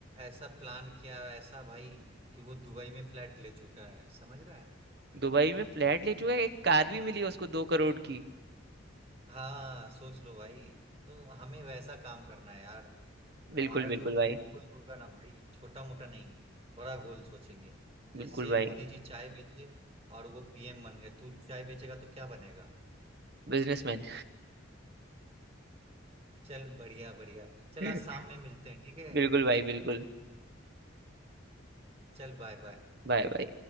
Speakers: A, on the right; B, on the right.
A: ऐसा प्लान किया ऐसा भाई कि वो दुबई में फ्लैट ले चुका है समझ रहा है
B: दुबई में फ्लैट ले चुका है एक कार भी मिली है उसको दो करोड़ की
A: हाँ सोच लो भाई तो हमें वैसा काम करना है यार
B: बिल्कुल
A: हमारा
B: बिल्कुल
A: जो
B: भाई
A: गोल होगा ना भाई छोटा मोटा नहीं बड़ा गोल सोचेंगे जैसे
B: बिल्कुल भाई
A: मोदी जी चाय बेचे और वो पीएम बन गए तू चाय बेचेगा तो क्या बनेगा
B: बिजनेसमैन
A: चल बढ़िया बढ़िया चल
B: <laughs>
A: आज शाम में मिलते हैं ठीक है
B: बिल्कुल भाई बिल्कुल
A: चल बाय बाय
B: Bye bye